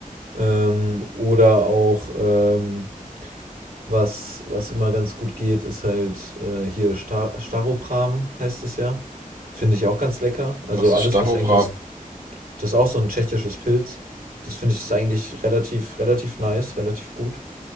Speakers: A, on the right; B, on the right.
A: Ähm, oder auch ähm, was, was immer ganz gut geht, ist halt äh, hier Star Staropram heißt es ja. Finde ich auch ganz lecker. Also
B: was ist
A: alles,
B: Stachopram?
A: was eigentlich aus. Das ist auch so ein tschechisches Pilz. Das finde ich ist eigentlich relativ, relativ nice, relativ gut.